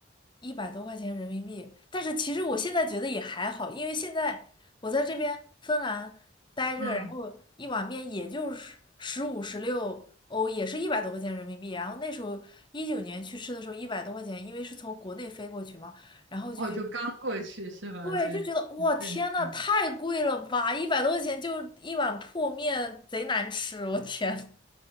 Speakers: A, on the left; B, on the right.
A: 一百多块钱人民币。但是其实我现在觉得也还好，因为现在我在这边芬兰待着，
B: 嗯，
A: 然后一碗面也就是十五十六欧，也是一百多块钱人民币。然后那时候一九年去吃的时候一百多块钱，因为是从国内飞过去嘛，然后就觉得
B: 哦，就刚过去是吧？
A: 对，
B: 所以很震惊。
A: 就觉得哇天呐，太贵了吧！一百多块钱就一碗破面，贼难吃，我天。